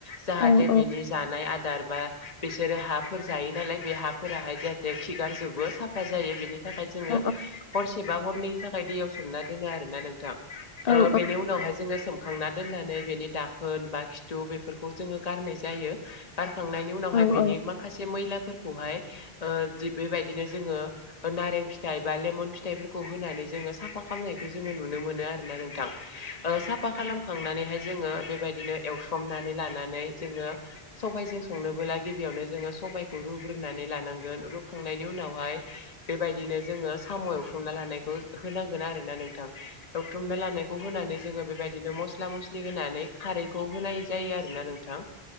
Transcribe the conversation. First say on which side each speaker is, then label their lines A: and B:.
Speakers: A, on the left; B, on the left.
A: जाहाथे
B: औ नंगौ
A: बेनि जानाय आदार बा बिसोरो हाफोर जायो नालाय बे हाफोराहाय जाहाथे खिगारजोबो साफा जायो बेनि नि थाखाय जोङो
B: औ
A: बा हरनैनि थाखाय दैयाव सोमना दोनो आरोना नोंथां ओ
B: औ
A: बेनि उनावहाय जों खांना दोननानै बेनि दाखोन बा खिथु बेफोरखौ जोङो गारनाय जायो। गारखांनायनि उनावहाय
B: औ
A: बेनि
B: औ नंगौ
A: माखासे मैलाफोरखौहाय जि बेबादिनो जोङो नारें फिथाइ बा लेमन फि थाइफोरखौ होनानै जोंङो साफा खालामनायखौ जोंङो नुनो मोनो आर ना नोंथां ओ साफा खालामखांनानैहाय जोंङो बेबायदिनो एवस्रोमनानै लानानै जोंङो सबबायजों संनोबोला गिबियावनो जोंङो सबायखौ रुग्रोनानै लानांगोन रुखांनायनि उनावहाय बेबायदिनो जोंङो साम' एथ्रमना लानायखौ होनांगोन आरो ना नोंथां दथुमना लानायखौ होनानै जोंङो बेबायदि बिदिनो मस्ला मस्लि होनानै खारैखौ होनाय जायो आरो ना नोंथां